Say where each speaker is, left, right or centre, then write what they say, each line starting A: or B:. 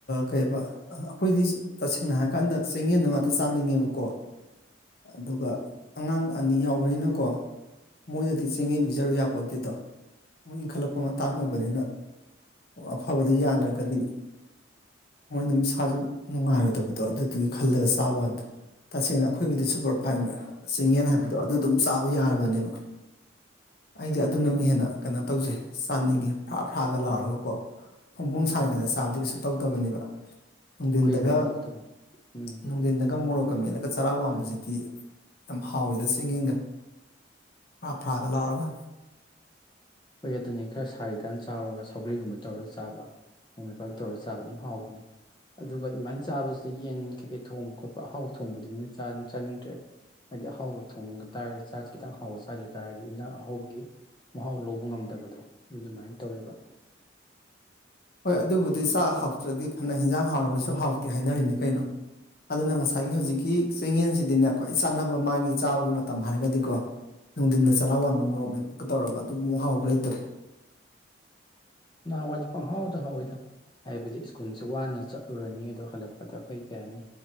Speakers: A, on the left; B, on the left.
A: ꯀꯩꯕ ꯑꯩꯈꯣꯏꯗꯤ ꯇꯁꯦꯡꯅ ꯍꯥꯏꯔꯀꯥꯟꯗ ꯆꯦꯡꯌꯦꯟꯗ ꯉꯥꯛꯇ ꯆꯥꯅꯤꯡꯉꯤ ꯕꯀꯣ ꯑꯗꯨꯒ ꯑꯉꯥꯡ ꯑꯅꯤ ꯌꯥꯎꯕꯅꯤꯅꯀꯣ ꯃꯣꯏꯗꯗꯤ ꯆꯦꯡꯌꯦꯦꯝ ꯄꯤꯖꯔꯨ ꯌꯥ ꯄꯣꯠꯇꯗꯣ ꯃꯨꯛ ꯏꯟꯈꯠꯂꯛꯄ ꯃꯇꯥꯡ ꯑꯣꯏꯕꯅꯤꯅ ꯑꯐꯕꯗꯤ ꯌꯥꯗ꯭ꯔꯒꯗꯤ ꯃꯣꯏ ꯑꯗꯨꯝ ꯁꯥꯁꯨ ꯅꯨꯡꯉꯥꯏꯔꯣꯏꯗꯕꯗꯣ ꯑꯗꯨꯗꯨꯒꯤ ꯈꯜꯂꯒ ꯆꯥꯕ ꯀꯥꯟꯗ ꯇꯁꯦꯡꯅ ꯑꯩꯈꯣꯏꯒꯤꯗꯤ ꯁꯨꯄꯔ ꯐꯥꯏꯟ ꯆꯤꯡꯌꯦꯦꯟ ꯍꯥꯏꯕꯗꯣ ꯑꯗꯨ ꯑꯗꯨꯝ ꯆꯥꯕ ꯌꯥꯔꯕꯅꯦꯕ ꯑꯩꯗꯤ ꯑꯗꯨ ꯅꯪ ꯍꯦꯟ ꯩꯅꯣꯧ ꯆꯥ ꯐ ꯐ ꯂꯔꯒ ꯁꯥꯔꯤꯉꯩ
B: ꯎꯝ
A: ꯆꯥ ꯇꯧꯗꯕꯅꯦꯕ ꯅꯨꯡꯊꯤꯟꯗꯒ
B: ꯀꯨꯏꯈ꯭ꯔꯗꯤ ꯍꯧꯇꯕꯅꯤ ꯎꯝ
A: ꯅꯨꯡꯊꯤꯟꯗꯒ ꯃꯣꯔꯣꯛ ꯀꯝ ꯃꯠꯂꯒ ꯆꯔꯥ ꯋꯥꯝꯕꯁꯤꯗꯤ ꯌꯥꯝ ꯍꯥꯎꯋꯦꯗ ꯆꯦꯡꯌꯦꯡꯒ ꯐꯔꯥ ꯐꯔꯥꯒ ꯂꯥꯎꯔꯒ
B: ꯍꯣꯏ ꯑꯗꯨꯅꯤ ꯈꯔ ꯁꯥꯔꯤꯀꯥꯟ ꯆꯥꯎꯔꯒ ꯁꯧꯒ꯭ꯔꯤꯒꯨꯝꯕ ꯇꯧꯔꯒ ꯆꯥꯕ ꯃ ꯃꯄꯥꯜ ꯇꯧꯔꯒ ꯆꯥꯕ ꯑꯗꯨꯝ ꯍꯥꯎꯕꯅꯤ ꯑꯗꯨꯒ ꯑꯗꯨꯃꯥꯏꯅ ꯆꯥꯕꯁꯤꯗ ꯌꯦꯟ ꯀꯩꯀꯩ ꯊꯣꯡꯕ ꯈꯣꯠꯄ ꯑꯍꯥꯎ ꯊꯣꯡꯕꯗꯨꯃꯥꯏꯅ ꯆꯥꯅꯤꯡꯗ꯭ꯔꯦ ꯍꯥꯏꯗꯤ ꯑꯍꯥꯎꯕ ꯊꯣꯡꯕ ꯇꯥꯔꯗꯤ ꯆꯥꯔꯖ ꯈꯤꯇꯪ ꯍꯥꯎꯕ ꯆꯥꯖ ꯇꯥꯔꯗꯤ ꯏꯟꯖꯥꯡ ꯑꯍꯥꯎꯕꯒꯤ ꯃꯍꯥꯎ ꯂꯧꯕ ꯇ ꯉꯝꯗꯕꯗꯣ ꯑꯗꯨ ꯑꯗꯨꯃꯥꯏꯅ ꯇꯧꯋꯦꯕ
A: ꯍꯣꯏ ꯑꯗꯨꯕꯨꯗꯤ ꯆꯥꯛ ꯍꯥꯎꯇ꯭ꯔꯗꯤ ꯐꯅ ꯍꯤꯟꯖꯥꯡ ꯍꯥꯎꯔꯒꯁꯨ ꯍꯥꯎꯇꯦ ꯍꯥꯏꯅꯔꯤꯅꯤ ꯀꯩꯅꯣ ꯑꯗꯨꯅ ꯉꯁꯥꯏꯒꯤ ꯍꯧꯖꯤꯛꯀꯤ ꯆꯌꯦꯟꯁꯤꯗꯤꯅꯦ ꯈ꯭ꯋꯥꯏ ꯆꯥꯅꯕ ꯃꯥꯒꯤ ꯆꯥꯕꯒꯤ ꯃꯇꯝ ꯍꯥꯏꯔꯒꯗꯤꯀꯣ ꯅꯨꯡꯊꯤꯟꯗ ꯆꯔꯥ ꯋꯥꯟꯕ ꯃꯣꯔꯣꯛ ꯃꯦꯞꯄꯒ ꯇꯧꯔꯒ ꯑꯗꯨ ꯑꯃꯨꯛ ꯍꯥꯎꯕ ꯂꯩꯇ꯭ꯔꯦ
B: ꯅꯋꯥꯏꯗꯤ ꯄ ꯍꯥꯎꯗ ꯍꯥꯎꯏꯗ ꯍꯥꯏꯕꯗꯤ ꯁ꯭ꯀꯨꯜꯁꯦ ꯋꯥꯅ ꯆꯠꯂꯨꯔꯅꯤ ꯑꯗꯣ ꯍꯜꯂꯛꯄꯗ ꯑꯩꯈꯣꯏ ꯀꯩ ꯍꯥꯏꯅꯤ